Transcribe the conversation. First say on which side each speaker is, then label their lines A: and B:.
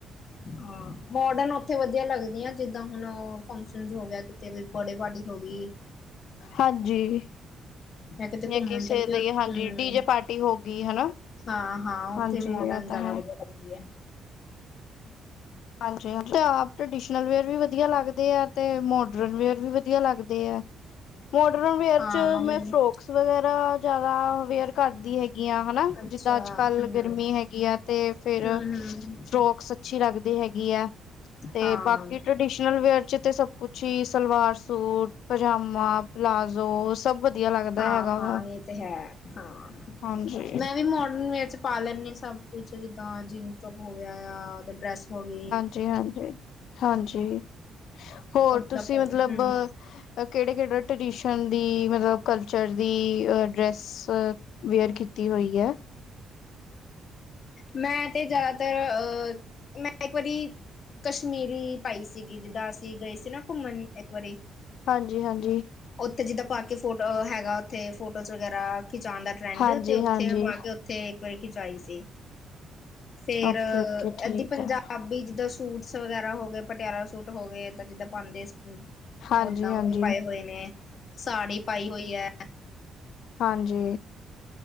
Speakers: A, on the left; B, on the left.
A: ਹਾਂ, ਮੋਡਨ ਓਥੇ ਵਧੀਆ ਲੱਗਦੀਆਂ ਜਿੱਦਾਂ ਹੁਨ ਫੰਕਸ਼ਨ ਹੋ ਗਿਆ। ਤੇ ਕੋਈ ਬਡੇ ਪਾਰਟੀ ਹੋ ਗੀ।
B: ਹਾਂਜੀ,
A: ਜਾਂ ਕਿਤੇ
B: ਤੇ
A: ਘੁੰਮਣ
B: ਕਿਸੇ
A: ਚੱਲ ਗਏ
B: ਦੀ ਹਾਂਜੀ,
A: ਹਮ
B: ਡੀ ਜੇ ਪਾਰਟੀ ਹੋ ਗਈ ਹਨਾ।
A: ਹਾਂ, ਹਾਂ। ਓਥੇ
B: ਹਾਂਜੀ
A: ਮੋਡਨ
B: ਉਹ ਤਾਂ
A: ਜਾਦਾ
B: ਹੈ।
A: ਵਧੀਆ ਲੱਗਦੀ ਏ।
B: ਹਾਂਜੀ, ਹਾਂਜੀ। ਆਪ ਟਰਡੀਸਨਲ ਵੇਅਰ ਵੀ ਵਧੀਆ ਲੱਗਦੇ ਆ ਤੇ ਮੋਡਰਨ ਵੇਅਰ ਵੀ ਵਧੀਆ ਲੱਗਦੇ ਐ। ਮੋਡਰਨ ਵੇਅਰ
A: ਹਾਂ
B: ਚ ਮੈਂ
A: ਮੈਨੂੰ
B: ਫਰੋਕਸ ਵਗੈਰਾ ਜਾਦਾ ਵੇਅਰ ਕਰਦੀ ਹੈਗੀ ਆ। ਹਨਾ--ਜਿਦਾ
A: ਅੱਛਾ
B: ਅੱਜ-ਕੱਲ
A: ਹਮ
B: ਗਰਮੀ ਹੈਗੀ ਆ ਤੇ ਫੇਰ
A: ਹਮ ਹਮ
B: ਫਰੋਕਸ ਅੱਛੀ ਲੱਗਦੀ ਹੈਗੀ ਆ ਤੇ
A: ਹਾਂ
B: ਬਾਕੀ ਟ ਡੀਸ਼ਨਲ ਵੇਅਰ ਚ ਤੇ ਸਭ ਕੁਛ ਹੀ ਸਲਵਾਰ ਸੂਟ, ਪਜਾਮਾ, ਪਲਾਜ਼ੋ ਸਭ ਵਧੀਆ ਲੱਗਦਾ
A: ਹਾਂ,
B: ਹੈਗਾ
A: ਹਾਂ।
B: ਵਾ
A: ਏ ਤੇ ਹੈ। ਹਾਂ,
B: ਹਾਂਜੀ
A: ਮੈਂ ਵੀ ਮੋਡਰਨ ਵੇਅਰ ਪਾ ਲੈਨੀ ਸਾਂ ਸਭ ਕੁਛ ਜਿੱਦਾਂ ਜੀਨਸ ਟੋਪ ਹੋ ਗਿਆ ਜਾਂ ਡਰੈਸ ਹੋ ਗਈ।
B: ਜੀ ਹਾਂਜੀ, ਹਾਂਜੀ। ਹੋਰ
A: ਓਦਾਂ
B: ਤੁਸੀਂ
A: ਹਮ
B: ਮਤਲਬ ਕੇੜੇ, ਕੇੜੇ ਟਰਡੀਸ਼ਨਲ ਦੀ ਮਤਲਬ ਕਲਚਰ ਦੀ ਡਰੈਸ ਸ ਵੇਅਰ ਕੀਤੀ ਹੋਈ ਐ।
A: ਮੈਂ ਤੇ ਜ਼ਿਆਦਾਤਰ ਅ ਮੈਂ ਇੱਕ ਵਰੀ ਕਸ਼ਮੀਰੀ ਪਾਈ ਸੀਗੀ, ਜਿੱਦਾਂ ਅਸੀਂ ਗਏ ਸੀ ਨਾ ਘੁੰਮਣ ਇੱਕ ਵਰੀ
B: ਹਾਂਜੀ, ਹਾਂਜੀ।
A: ਓਥੇ ਜਿੱਦਾਂ ਪਾ ਕੇ ਫੋਟੋ ਹੈਗਾ, ਓਥੇ ਫੋਟੋਜ਼ ਵਗੈਰਾ ਖਿਚਾਣ ਦਾ ਟਰੈਂਡ
B: ਹਾਂਜੀ
A: ਤੇ ਓਥੇ
B: ਹਾਂਜੀ
A: ਮੈਂ ਪਾ ਕੇ, ਓਥੇ ਇੱਕ ਵਾਰੀ ਖਿਚਾਈ ਸੀ। ਫੇਰ
B: ਓਕੇ
A: ਅ
B: ਓਕੇ ਠੀਕ
A: ਏਦੀ ਪੰਜਾਬੀ
B: ਹੈ
A: ਜਿੱਦਾਂ ਸੂਟਸ ਵਗੈਰਾ ਹੋ ਗਏ। ਪਟਿਆਲਾ ਸੂਟ ਹੋ ਗਏ। ਇਦਾਂ-ਜਿੱਦਾਂ ਪਾਂਦੇ
B: ਹਾਂਜੀ
A: ਓਦਾਂ
B: ਹਾਂਜੀ
A: ਓ ਪਾਏ ਹੋਏ ਨੇ, ਸਾੜੀ ਪਾਈ ਹੋਈ ਐ।
B: ਹਾਂਜੀ